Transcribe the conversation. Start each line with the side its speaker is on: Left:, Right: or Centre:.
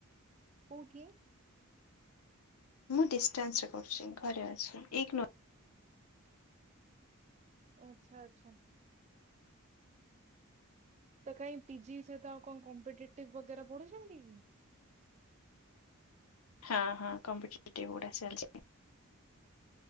Right: କେଉଠି।
Left: ମୁଁ ଡିଷ୍ଟାନ୍ସ ରେ କରୁଚି ଘରେ ଅଛି ଏକ ନ
Right: ଆଚ୍ଛା ଆଚ୍ଛା। ତ କାଇଁ ପି ଜି ସ୍ ସେ ତ ଆଉ କଣ କମ୍ପିଟେଟିଭ ବଗେରା ପଢୁଛନ୍ତି କି।
Left: ହଁ ହଁ କମ୍ପିଟେଟିଭ୍ ପଢ଼ା ଚାଲିଚି।